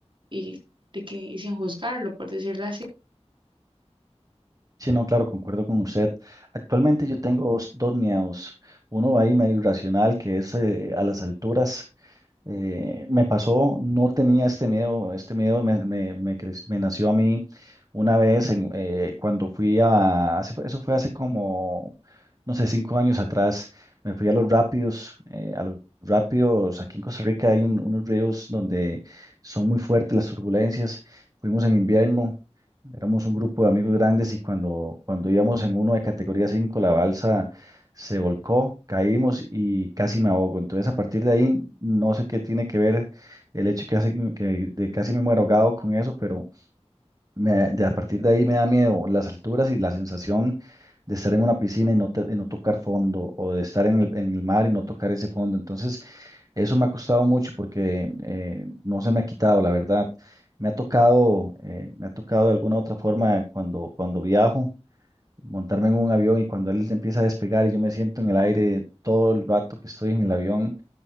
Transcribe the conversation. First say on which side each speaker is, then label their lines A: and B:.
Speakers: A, on the right; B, on the right.
A: y, y de que, y sin juzgarlo, por decirlo.
B: Sí, no, claro, concuerdo con usted. Actualmente yo tengo dos, dos miedos. Uno ahí medio irracional, que es eh, a las alturas. Eh, me pasó, no tenía este miedo, este miedo me, me, me, cre- me nació a mí una vez en, eh, cuando fui a, hace- eso fue hace como, no sé, cinco años atrás, me fui a los rápidos, eh, a los rápidos, aquí en Costa Rica hay un- unos ríos donde son muy fuertes las turbulencias, fuimos en invierno, éramos un grupo de amigos grandes y cuando, cuando íbamos en uno de categoría cinco la balsa se volcó, caímos y casi me ahogo. Entonces, a partir de ahí, no sé qué tiene que ver el hecho que, hace, que de casi me muero ahogado con eso, pero me- de, a partir de ahí me da miedo las alturas y la sensación de estar en una piscina y no, te- y no tocar fondo o de estar en el, en el mar y no tocar ese fondo. Entonces, eso me ha costado mucho porque eh, no se me ha quitado, la verdad. Me ha tocado, eh, me ha tocado de alguna otra forma cuando, cuando viajo montarme en un avión y cuando él empieza a despegar y yo me siento en el aire todo el rato que estoy en el avión,